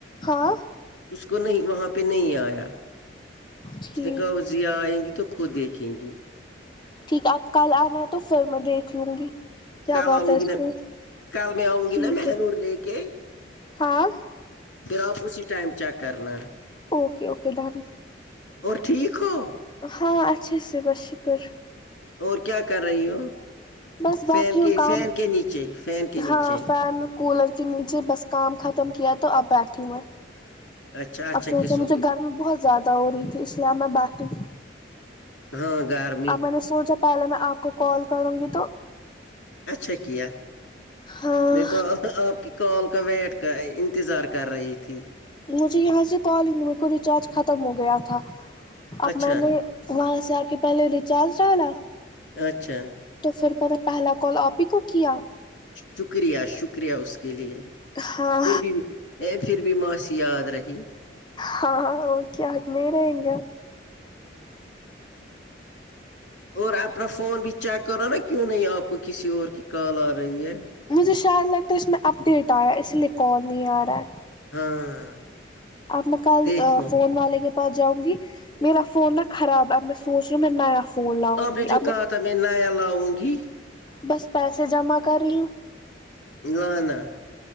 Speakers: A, on the left; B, on the left.
A: ہاں
B: اس کو نہیں وہاں پہ نہیں آیا
A: ٹھیک
B: اس نے کہا اس ضیا آئیں گی تو خود دیکھیں گی
A: ٹھیک ہے آپ کل آنا تو پھر میں دیکھ لوں گی کیا
B: کل
A: بات
B: آؤں
A: ہے اس
B: گی نا
A: کو
B: کل میں آؤں گی
A: ٹھیک
B: نا مہنور
A: ہے
B: لے کے
A: ہاں
B: پھر آپ اسی ٹائم چیک کرنا
A: اوکے اوکے ڈن
B: اور ٹھیک ہو
A: ہاں اچھا سے بس شکر
B: اور کیا کر رہی ہو
A: بس بیٹھی
B: فین کے
A: ہوں کام
B: فین کے نیچے فین کے
A: ہاں
B: نیچے
A: فین کولر کے نیچے بس کام ختم کیا تو اپ بیٹھی ہوئے
B: اچھا اچھا
A: افسوچ
B: کسو
A: ہے مجھے
B: کی
A: گرمی بہت زیادہ ہو رہی تھی اس لیے اب میں باقی
B: ہاں گار میں
A: اب میں نے سوچا پہلے میں آپ کو کال کروں گی تو
B: اچھا کیا
A: ہاں
B: میں تو آپ کی کال کا ویٹ کا انتظار کر رہی تھی
A: مجھے یہاں سے کال میرے کو ریچارج ختم ہو گیا تھا اب
B: اچھا
A: میں نے وہاں سے آ کے پہلے ریچارج ڈالا
B: اچھا
A: تو پھر میں نے پہلا کال آپ ہی کو کیا
B: شکریہ شکریہ اس کے لیے
A: ہاں
B: پھر بھی ا پھر بھی معاشی یاد رہی
A: ہاںاں وہ کیا ہات نہیں رہیں گےپ
B: اور اپنا فون بھی چیک کرو نا کیوں نہیں آپ کو کسی اور کی کال آ رہی ہے
A: مجھے شیال لگتا ہے اس میں اپ ڈیٹ آیا اسی لیے کال نہیں آ رہا ہے
B: ہاں
A: آپ میں کل
B: دیکھنا
A: فون والے کے جاؤں گی میرا فون نا خراب ہے میں سوچ رہیوں نیا فون لاؤں
B: آپ
A: گی
B: نے جو
A: اب
B: کہا تھا میں نایا لاؤں گی
A: بس پیسے جمع کر رہی ہوں
B: ل ن